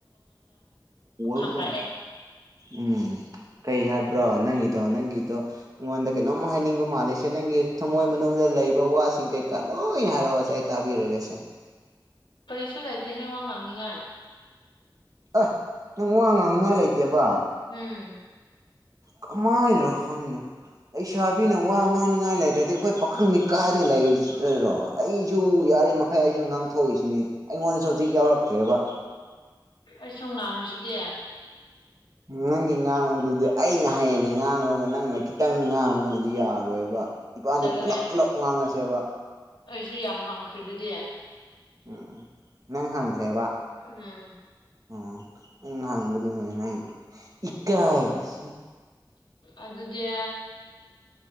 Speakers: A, on the right; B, on the left.
A: ꯍꯣꯏ
B: ꯈꯪꯔꯛꯑꯦ
A: ꯂ ꯎꯝ ꯀꯩ ꯍꯥꯏꯕ꯭ꯔꯣ ꯅꯪꯒꯤꯗꯣ ꯅꯪꯒꯤꯗꯣ ꯑꯩꯉꯣꯟꯗ ꯀꯩꯅꯣꯝ ꯍꯥꯏꯅꯤꯡꯕ ꯃꯥꯜꯂꯤꯁꯦ ꯅꯪꯒꯤ ꯊꯝꯃꯣꯏ ꯃꯅꯨꯡꯗ ꯂꯩꯕ ꯋꯥꯁꯤꯡ ꯀꯩꯀꯥ ꯂꯣꯏ ꯍꯥꯏꯔꯛꯑꯣꯁꯦ ꯑꯩ ꯇꯥꯕꯤꯔꯒꯦꯁꯦ
B: ꯄꯔꯤꯁꯥ ꯂꯩꯥꯏꯇꯍꯦ ꯋꯥ ꯉꯥꯡꯉꯤꯉ
A: ꯑꯁ ꯅꯪ ꯋꯥ ꯉꯥꯡꯅꯤꯡꯉꯥꯏ ꯂꯩꯇꯦꯕ
B: ꯎꯝ
A: ꯀꯃꯥꯏꯅꯣ ꯈꯪꯗꯦ ꯂꯩꯁꯥꯕꯤꯅ ꯋꯥ ꯉꯥꯡꯅꯤꯡꯉꯥꯏ ꯂꯩꯔ꯭ꯔꯗꯤ ꯑꯩꯈꯣꯏ ꯄꯥꯈꯪꯅꯤ ꯀꯥꯏꯗꯅ ꯂꯩꯔꯣ ꯑꯩꯁꯨ ꯒꯥꯔꯤ ꯃꯈꯩ ꯑꯩꯁꯨ ꯉꯥꯡꯊꯣꯛꯏꯁꯤꯅꯦ ꯑꯩꯉꯣꯟꯗꯁꯨ ꯍꯧꯖꯤꯛ ꯌꯥꯎꯔꯛꯇ꯭ꯔꯦꯕ
B: ꯑꯩ ꯁꯨꯝ ꯉꯥꯡꯉꯨꯁꯤꯒꯦ
A: ꯅꯪꯒꯤ ꯉꯥꯡꯕꯗꯨꯗꯤ ꯑꯩꯅ ꯍꯌꯦꯦꯟꯅ ꯉꯥꯡꯕꯒ ꯅꯪꯅ ꯈꯤꯇꯪ ꯉꯥꯡꯕꯗꯨꯅꯗꯤ ꯌꯥꯔꯣꯏꯕ ꯏꯄꯥꯅꯤ
B: ꯆꯠꯂꯣꯍꯦ
A: ꯄꯨꯂꯞ ꯄꯨꯂꯞ ꯉꯥꯡꯅꯁꯦꯕ
B: ꯑꯩꯁꯨ ꯌꯥꯝ ꯍꯪꯈ꯭ꯔꯤ ꯑꯗꯨꯗꯤ
A: ꯎꯝ ꯅꯪ ꯍꯪꯗ꯭ꯔꯦꯕ
B: ꯎꯝ
A: ꯑꯣ ꯎꯝ ꯍꯪꯕꯗꯤꯅꯤ ꯏꯀꯥꯏꯔꯤꯁꯤ
B: ꯑꯗꯨꯗꯦ